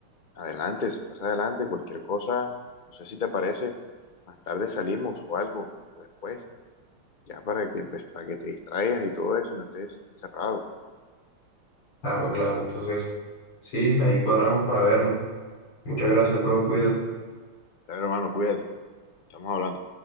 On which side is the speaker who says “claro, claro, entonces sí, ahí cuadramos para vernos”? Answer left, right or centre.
Left